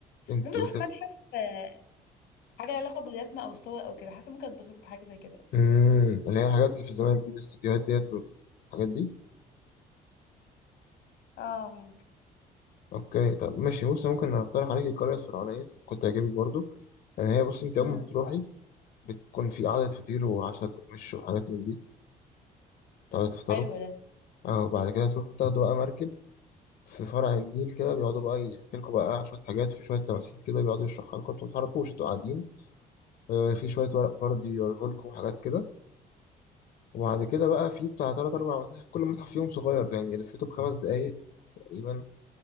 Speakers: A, on the left (about 65°); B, on the left (about 80°).
A: انتوا
B: ممكن اروح
A: بت...
B: متحف آه، حاجه لها علاقه بالرسم او الصور او كده حاسه ممكن اتبسط بحاجه زي كده
A: امم اللي هي الحاجات اللي في الزمالك دي الاستوديوهات ديت والحاجات دي
B: اه ممكن
A: اوكي طب ماشي بص ممكن اقترح عليك القريه الفرعونيه كنت هيعجبك برضو لان هي بص انت
B: امم
A: اول ما بتروحي بتكون في قعده فطير وعشاء ومش وحاجات من دي تقعدوا تفطروا
B: حلو ده
A: اه وبعد كده تروحوا تاخدوا بقى مركب في فرع النيل كده بيقعدوا بقى يحكي لكم بقى شوية حاجات وفي شوية تماثيل كده بيقعدوا يشرحها لكم انتوا ما تتحركوش انتوا قاعدين آه، في شوية ورق بردي يوريه لكم وحاجات كده وبعد كده بقى في بتاع تلات أربع متاحف كل متحف فيهم صغير يعني لفيته بخمس دقايق تقريبا